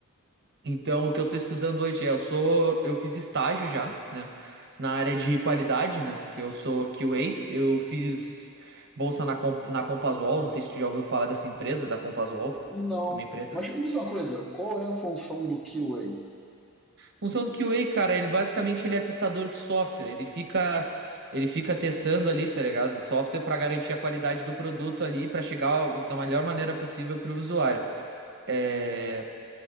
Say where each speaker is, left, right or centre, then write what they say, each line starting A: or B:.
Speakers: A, on the right; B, in the centre.
A: Então, o que eu tô estudando hoje é, eu sou, eu fiz estágio já, né, na área de qualidade, né, que eu sou QA, eu fiz bolsa na, Com- na Compasual, não sei se tu já ouviu falar dessa empresa, da Compasual,
B: Não.
A: é uma empresa...
B: Mas me diz uma coisa, qual é a função do QA?
A: Função do QA, cara, ele basicamente ele é testador de software, ele fica, ele fica testando ali, tá ligado, o software pra garantir a qualidade do produto ali, pra chegar da melhor maneira possível pro usuário. É,